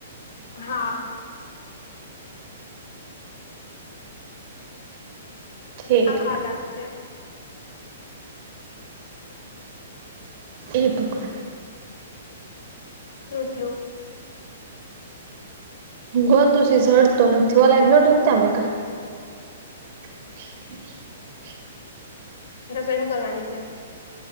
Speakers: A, on the left; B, on the right.
A: હા
B: ઠીક
A: આખાટા નું છે
B: એ ભગવાન
A: શું થયું?
B: ગતો છે ઝડતો નથીવા લય બ્લોટ ત અમે કા <unintelligible>
A: રસોઈ હુ કરવાની છે?